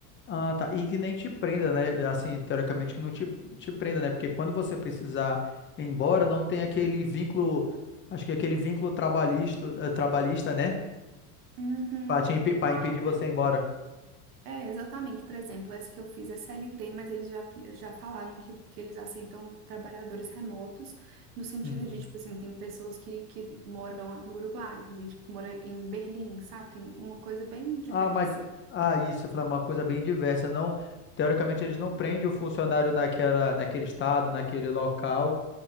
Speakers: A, on the left; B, on the right.
A: Ah, tá. E que nem te prenda, né? Assim, teoricamente que não te, te prenda, né? Porque quando você precisar ir embora, não tem aquele vínculo, acho que é aquele vínculo trabalhista, eh, trabalhista, né?
B: Uhum.
A: Pra, te, impe-
B: Não,
A: pra impedir você ir embora.
B: é, é, exatamente. Por exemplo, essa que eu fiz é CLT, mas eles já, já falaram que porque eles aceitam trabalhadores remotos, no sentido
A: Uhum.
B: de, tipo assim, tem pessoas que, que moram no Uruguai, tem gente que mora em Berlim, sabe? Tem uma coisa bem diversa.
A: Ah, mas. Ah, isso, eu falei uma coisa bem diversa. Não, teoricamente, eles não prendem o funcionário naquela, naquele estado, naquele local.